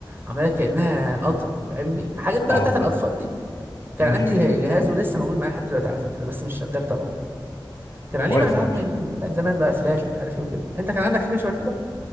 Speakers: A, on the right; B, on the left.
A: عاملها كانها قطر فاهمني حاجات بقى
B: اه
A: بتاعت الاطفال
B: طب
A: دي كان
B: ماشي
A: عندي جهاز ولسه موجود معايا لحد دلوقتي على فكره بس مش شغال طبعا كان عليه
B: كويس
A: بقى العاب
B: ماشي
A: من بتاعت زمان بقى فلاش ومش عارف ايه وكده انت كان عندك حاجه شبه كده